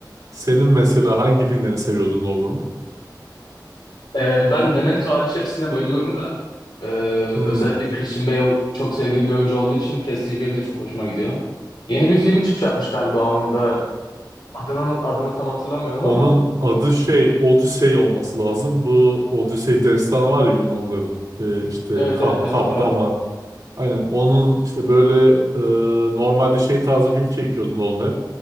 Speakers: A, on the right; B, on the left.
A: Senin mesela hangi filmlerini seviyordun Nolan'ın?
B: Ee, ben Memento hariç hepsine bayılıyorum da. Ee,
A: Hmm.
B: özellikle Christian Bale çok sevdiğim bir oyuncu olduğu için Prestige benim de çok hoşuma gidiyor. Yeni bir filmi çıkacakmış galiba onun da. Adını, adını tam hatırlamıyorum
A: Onun
B: ama.
A: adı şey Odisey olması lazım. Bu Odisey destanı var ya Yunanlıların. Ee, işte
B: Evet
A: Kap,
B: evet evet
A: Kaptan
B: hatırladım.
A: var. Aynen onun işte böyle e, normalde şey tarzı film çekiyordu Nolan hep.